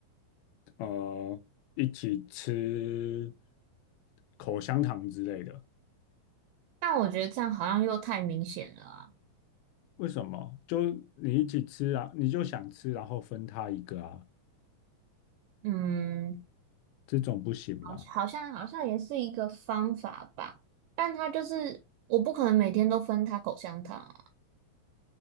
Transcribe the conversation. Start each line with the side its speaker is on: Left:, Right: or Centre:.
Left: 呃，一起吃口香糖之类的？
Right: 但我觉得这样好像又太明显了啊
Left: 为什么？就你一起吃啊，你就想吃，然后分他一个啊，
Right: 嗯，
Left: 这种不行吗？
Right: 好，好像好像也是一个方法吧，但他就是我不可能每天都分他口香糖啊，